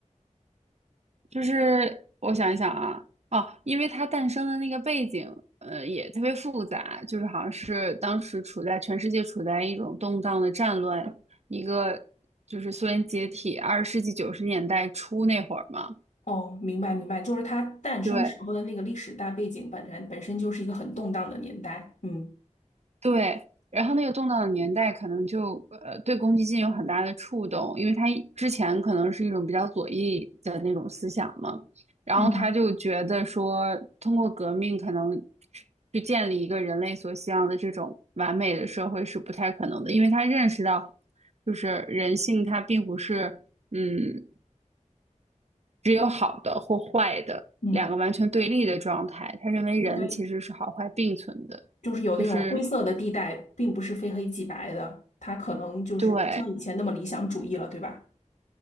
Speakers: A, on the right; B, on the left.
A: 就是我想一想啊，哦，因为它诞生的那个背景，呃，也特别复杂，就是好像是当时处在全世界处在一种动荡的战乱，一个就是苏联解体，二十世纪九十年代初那会儿嘛，
B: 哦，明白明白，就是它诞生时候的那个历史大背景本身本身就是一个很动荡的年代。
A: 对，
B: 嗯
A: 对，然后那个动荡的年代可能就呃对公积金有很大的触动，因为他一之前可能是一种比较左翼的那种思想嘛，然后他就觉得说通过革命可能
B: 嗯
A: 去建立一个人类所希望的这种完美的社会是不太可能的，因为他认识到就是人性它并不是嗯只有好的或坏的两个完全对立的状态，
B: 嗯。
A: 他认为人其实是好坏并存的，
B: 应该就是有那种灰色的地带，
A: 就是
B: 并不是非黑即白的，它可能就是不像以前那么理想主义了，
A: 对。
B: 对吧？